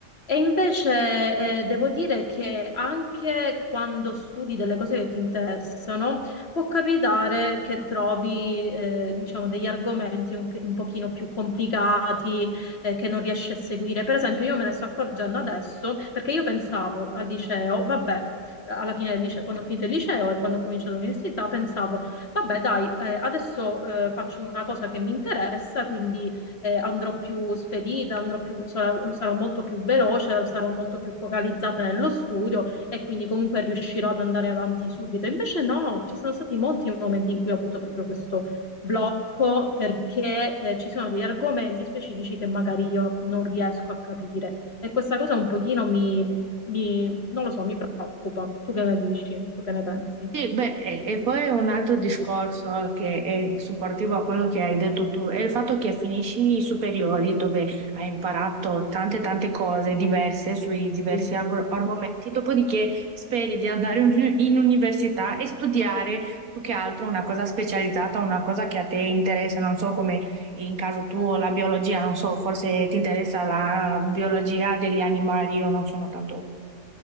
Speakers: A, on the left (about 40°); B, on the right (about 60°).
A: E invece eh, devo dire che anche quando studi delle cose che ti interessano, può capitare che trovi, eh, diciamo, degli argomenti un, un pochino più complicati, eh, che non riesci a seguire. Per esempio, io me ne sto accorgendo adesso perché io pensavo al liceo, vabbè, alla fine del liceo, quando ho finito il liceo e quando ho cominciato l'università, pensavo, vabbè, dai, eh, adesso eh, faccio una cosa che mi interessa, quindi eh, andrò più spedita, andrò più, sarò, sarò molto più veloce, sarò molto più focalizzata nello studio e quindi comunque riuscirò ad andare avanti subito. Invece no, ci sono stati molti momenti in cui ho avuto proprio questo blocco perché eh, ci sono degli argomenti specifici che magari io non riesco a capire e questa cosa un pochino mi, mi- non lo so, mi preoccupa. Tu che ne dici? Tu che ne pensi?
B: Sì, beh, e, e poi è un altro discorso che è supportivo a quello che hai detto tu, è il fatto che finisci i superiori dove hai imparato tante tante cose diverse sui diversi
A: Sì.
B: arg- argomenti, dopodiché speri di andare in in università e studiare più che altro una cosa specializzata, una cosa che a te interessa, non so come in caso tuo
A: Mm.
B: la biologia, non so, forse ti interessa la biologia degli animali, io non sono tanto